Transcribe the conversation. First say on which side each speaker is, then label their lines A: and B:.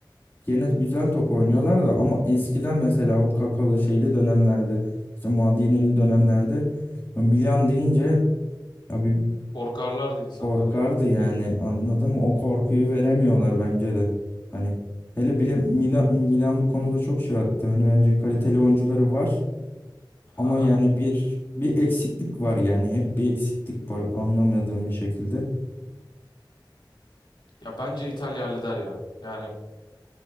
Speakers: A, on the left (about 25°); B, on the left (about 75°).
A: yine güzel top oynuyorlar da ama eskiden mesela o kakalı şeyli dönemlerde işte Maldini'li dönemlerde ya Milan deyince ya bir
B: Korkarlardı insanlar
A: korkardı
B: yani.
A: yani anladın mı? O korkuyu veremiyorlar bence de. Hani hele bile Milan, Milan bu konuda çok şey attı. Hani bence kaliteli oyuncuları var
B: Haha.
A: ama yani bir bir eksiklik var yani hep bir eksiklik var anlamadığım bir şekilde.
B: Ya bence İtalya halleder ya. Yani